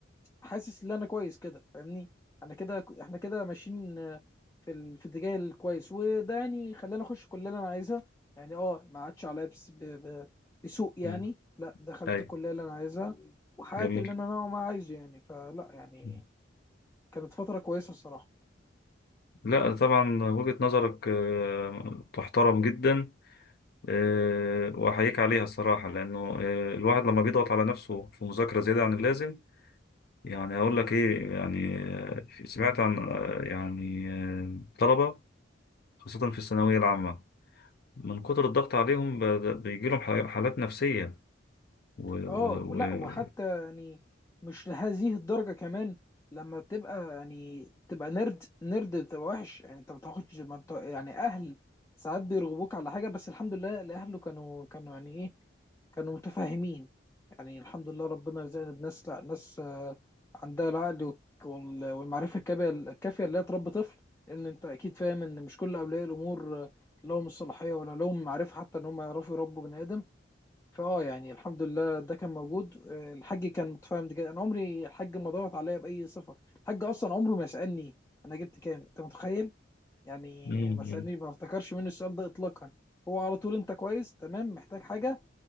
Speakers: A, on the left; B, on the left.
A: حاسس ان انا كويس كده فاهمني انا كده احنا كده ماشيين آه، في ال- في اتجاه الكويس وده يعني خلاني اخش الكليه اللي انا عايزها يعني اه ما عادش عليا بس ب- ب- بسوء يعني
B: امم
A: لا دخلت
B: ايوه
A: الكليه اللي انا عايزها وحققت
B: جميل
A: اللي انا نوعا ما عايزه يعني فلا يعني
B: مم.
A: كانت فتره كويسه الصراحه
B: لا طبعا وجهة نظرك آه، تحترم جدا آه، واحييك عليها الصراحه لانه آه، الواحد لما بيضغط على نفسه في مذاكره زياده عن اللازم يعني اقول لك ايه يعني آه، سمعت عن آه، يعني آه، طلبه خاصه في الثانويه العامه من كتر الضغط عليهم بيجي لهم حالات نفسية و... و...
A: اه ولا
B: و...
A: وحتى يعني مش لهذه الدرجة كمان لما تبقى يعني تبقى نرد نرد بتبقى وحش يعني انت ما بتاخدش ما بت- يعني اهل ساعات بيرغبوك على حاجة بس الحمد لله اللي اهله كانوا كانوا يعني ايه كانوا متفاهمين يعني الحمد لله ربنا رزقنا بناس لا ناس آه، عندها العقل والك- وال- والمعرفة الكافية الكافية اللي هي تربي طفل لأن أنت أكيد فاهم إن مش كل أولياء الأمور آه، لهم الصلاحية ولا لهم المعرفة حتى إن هم يعرفوا يربوا بني آدم فاه يعني الحمد لله ده كان موجود آه، الحاج كان متفاهم جدا انا عمري الحاج ما ضغط عليا باي صفه الحاج اصلا عمره ما سالني انا جبت كام انت متخيل يعني
B: مم.
A: ما سالني ما افتكرش منه السؤال ده اطلاقا هو على طول انت كويس تمام محتاج حاجه